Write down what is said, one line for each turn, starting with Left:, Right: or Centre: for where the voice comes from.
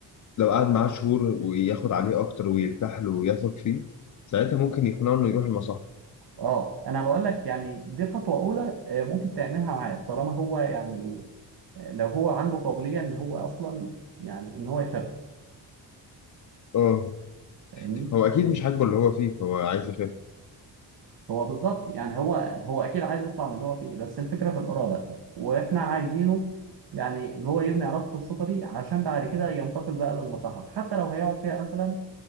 Left: لو قعد معاه شهور وياخد عليه أكتر ويرتاح له ويثق فيه ساعتها ممكن يقنعه إنه يروح المصح
Right: اه انا بقول لك يعني دي خطوه اولى آه، ممكن تعملها معاه طالما هو يعني آه، لو هو عنده قابليه ان هو اصلا يعني ان هو يخف
Left: اه
Right: فاهمني
Left: هو أكيد مش عاجبه اللي هو فيه فهو عايز يخف
Right: هو بالظبط يعني هو هو اكيد عايز يطلع من اللي هو فيه بس الفكره في الاراده واحنا عايزينه يعني اللي هو يبني علاقه الثقه دي عشان بعد كده ينتقل بقى للمصحه حتى لو هيقعد فيها مثلا